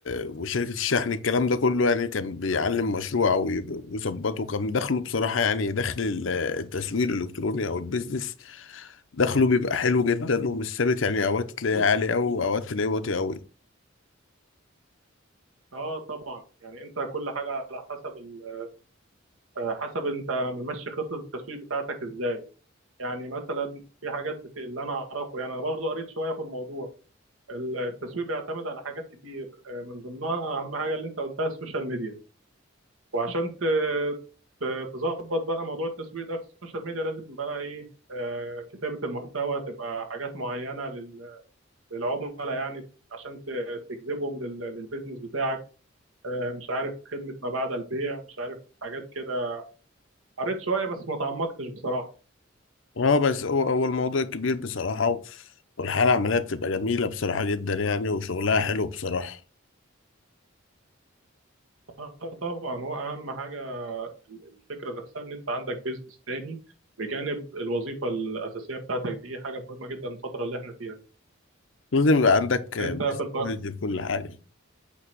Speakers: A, on the left; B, on the right.
A: وشركة الشحن الكلام ده كله يعني كان بيعلم مشروع ويظبطه كان دخله بصراحة يعني دخل ال- التسويق الالكتروني او البيزنس دخله بيبقى حلو جدا ومش ثابت يعني اوقات تلاقيه عالي قوي اوقات تلاقيه واطي قوي
B: اه طبعا يعني انت كل حاجه على حسب ال... آه، حسب انت ممشي خطه التسويق بتاعتك ازاي يعني مثلا في حاجات بت... اللي انا اعرفه يعني انا برضو قريت شويه في الموضوع التسويق بيعتمد على حاجات كتير آه، من ضمنها اهم حاجه اللي انت قلتها السوشيال ميديا وعشان ت- ت- تظبط بقى موضوع التسويق ده في السوشيال ميديا لازم بقى ايه آه، كتابة المحتوى تبقى حاجات معينة لل- للعملاء يعني عشان ت- تجذبهم لل- للبيزنس بتاعك آه، مش عارف خدمة ما بعد البيع مش عارف حاجات كده قريت شوية بس ما تعمقتش بصراحة
A: اه بس هو هو الموضوع كبير بصراحة و- والحالة العملية بتبقى جميلة بصراحة جدا يعني وشغلها حلو بصراحة
B: آه، طبعا هو أهم حاجة ال- الفكرة نفسها إن أنت عندك بيزنس تاني بجانب الوظيفة الأساسية بتاعتك دي حاجة مهمة جدا الفترة اللي احنا فيها
A: لازم يبقى عندك
B: أنت في الب...
A: بيزنس كل حاجة